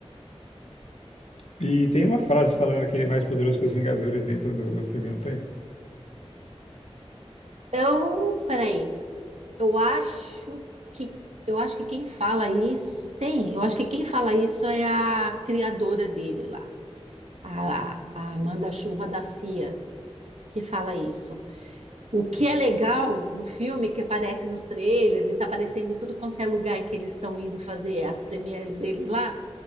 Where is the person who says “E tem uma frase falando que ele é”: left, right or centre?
Left